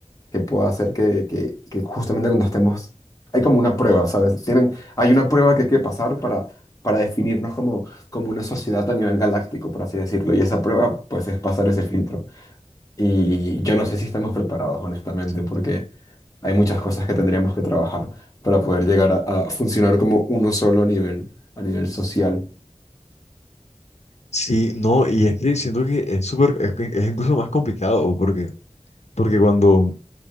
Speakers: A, on the left (about 30°); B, on the left (about 65°).
A: que pueda hacer que, que, que justamente cuando estemos, hay como una prueba, ¿sabes? Tienen, hay una prueba que hay que pasar para, para definirnos como, como una sociedad a nivel galáctico, por así decirlo, y esa prueba pues es pasar ese filtro. Y yo no sé si estamos preparados, honestamente, porque hay muchas cosas que tendríamos que trabajar para poder llegar a, a funcionar como uno solo a nivel, a nivel social.
B: Sí, no, y es que siento que es súper, es, que es incluso más complicado, porque, porque cuando